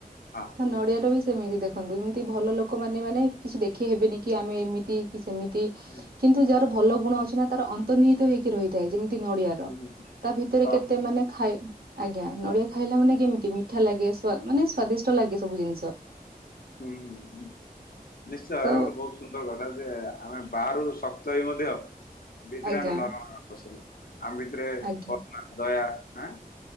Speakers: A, on the left; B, on the right.
A: ହଁ।
B: ତ ନଡିଆର ବି ସେମିତି ଦେଖନ୍ତୁ, ଏମିତି ଭଲ ଲୋକମାନେ ମାନେ କିଛି ଦେଖେଇ ହେବେନିକି ଆମେ ଏମିତି କି ସେମିତି,
A: ହୁଁ
B: କିନ୍ତୁ ଯାହାର ଭଲ ଗୁଣ ଅଛି ନା ତାର ଅନ୍ତର୍ନିହିତ ହେଇକି ରହିଥାଏ। ଯେମ ତି ନଡିଆ ର,
A: ହୁଁ ହୁଁ
B: ତା ଭିତରେ
A: ହଁ
B: କେତେ
A: ହଁ,
B: ମାନେ ଖାଇ, ଆଜ୍ଞା ନଡିଆ ଖାଇଲା ମାନେ କେମିତି? ମିଠା ଲାଗେ ସ୍ଵା ମାନେ ସ୍ଵାଦିଷ୍ଟ ଲାଗେ ସବୁ ଜିନିଷ।
A: ହୁଁ ହୁଁ ହୁଁ ନିଶ୍ଚୟ ଭାବେ
B: ତ
A: ଗୋଟେ ବହୁତ ସୁନ୍ଦର୍ କଥା ଯେ ଆମେ ବାହାରୁ ଶକ୍ତ ହେଇ ମଧ୍ୟ ଭିତରେ
B: ଆଜ୍ଞା
A: ଆମେ ନରମ ପସିବୁ। ଆମ ଭିତରେ
B: ଆଜ୍ଞା
A: କର୍ ନା ଦୟା ଆଁ